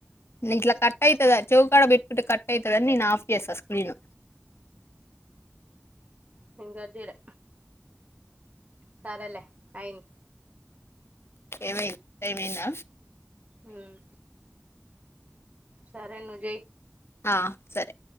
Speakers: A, on the left; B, on the right.
A: నింట్లా కట్ అయితదా చౌకాడ పెట్టుకుంటే కట్ అయితదని నేను ఆఫ్ చేసా స్క్రీను
B: నెన్ కట్ చేయల సరేలే అయింది
A: ఏమై టైమ్ అయిందా
B: ఉమ్ సరే ను జే
A: ఆ సరే